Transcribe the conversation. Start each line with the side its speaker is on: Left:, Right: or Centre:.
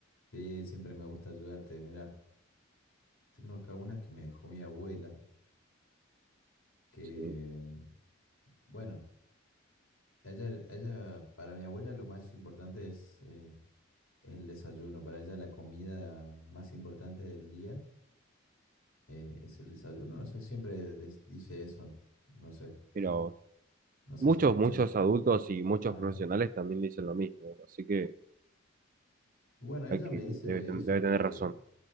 Left: sí, siempre me gusta ayudarte. Mira, tengo acá una que me dejó mi abuela, que,
Right: Sí.
Left: bueno, ella, ella, para mi abuela lo más importante es... eh, es el desayuno. Para ella la comida más importante del día eh, es el desayuno. No sé, siempre des- dice eso. No sé,
Right: Mira vos.
Left: no sé
Right: Muchos,
Left: si escuchaste.
Right: muchos adultos y muchos
Left: Ajá.
Right: profesionales también dicen lo mismo, así que
Left: Bueno, ella
Right: hay que,
Left: me dice
Right: debe, ten-
Left: eso,
Right: debe
Left: que
Right: tener razón.